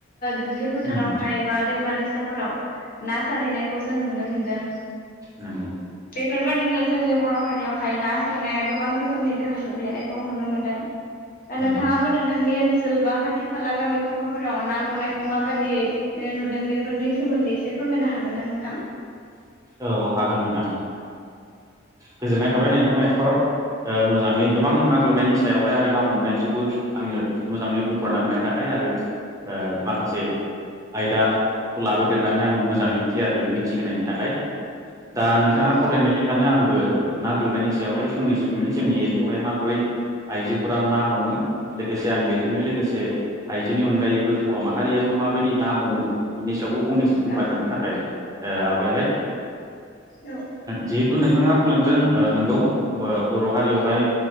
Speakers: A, on the left; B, on the right.
A: दुब्लि फोथारावहाय
B: उम
A: बा दैमा-दैसा फिसाफोराव ना सारहैनायखौ जों नुनो मोनदों।
B: नंगौ।
A: बेफोरबायदिनो जोंनि बर' हारियावहाय ना सारनाया गोबां रोखोमनि गोहोम गोग्लैनायखौ नुनो मोनदों।
B: नंगौ
A: नोंथाङाबो नोंथांनि ओनसोल बा खाथि खाला गामि गफाफोराव ना गुरनायखौ माबायियै नुदों बेफोरनि सोमोन्दै एसे। फोरमायना हागोन नों
B: औ हागोन ओ नोंथां गोजोननाय थाबाय नोंथाङा एफाराब। ओ मोजाङै गोबां ना गुरनायनि सायावहाय आरो ना हमनायखौबो आंनो मोजाङै बुंफोर'ना होनाय थाखाय आरो ओ माखासे आयदाखौ लाबोदेरनानै आं मोजाङै क्लियारै मिथि थि होनोनायनि थाखाय दा नोंथाङा
A: औ
B: खावलायनाय लेखानो आं बो ना गुरनायनि सायावहाय फंनैसोनि जोंनि एरियायावहाय माबोरै आइजोफोरा ना हमो लोगोसे आं बेजोंनो लोगोसे आइजोनि अनगायैबो हौवा माहारियाबो माबायदि ना हमो बेनि सायावबो फंनैसो बुंफादेरनो
A: औ
B: थाखाय आवगायबाय
A: औ
B: जिहेथु नों नोंथांङा बुंलांदों नंगौ बर' हारियावहाय